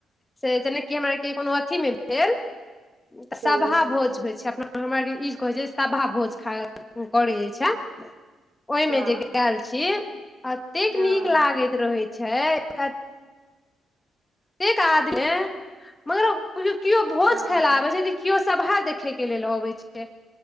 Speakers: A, on the left; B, on the right.
A: से जेनाकि हमरा आरके कोनो अथी मे भेल तऽ सभा
B: हूँ
A: भोज होइ छै अपना हमरा आरके ईसभ कहै छै सभा भोज खा करै जाइ छै ओहिमे
B: हँ
A: जे गैल छी एतेक
B: हँ
A: नीक लागैत रहैत छै एतेक आदमी मगर केओ भोज
B: हँ
A: खायला आबे छै कियो सभा देखै के लेल अबै छै